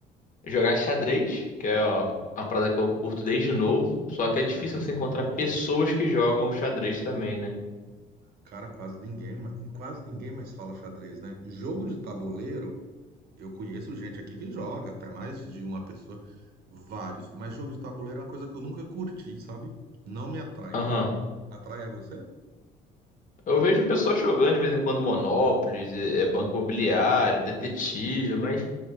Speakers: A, on the left (about 50°); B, on the right (about 70°).
A: jogar xadrez, que é ó, uma parada que eu curto desde novo, só que é difícil
B: É,
A: você
B: muito
A: encontrar
B: bom.
A: pessoas que jogam xadrez também, né?
B: Cara, quase ninguém, ma- quase ninguém mais fala xadrez, né? Jogo de tabuleiro Eu conheço gente aqui que joga, até mais de uma pessoa, vários. Mas jogo de tabuleiro é uma coisa que eu nunca curti, sabe? Não me atrai.
A: Aham.
B: Atrai a você?
A: Eu vejo o pessoal jogando de vez em quando Monopoly, é é Banco Imobiliário,
B: É
A: Detetive,
B: dessas,
A: mas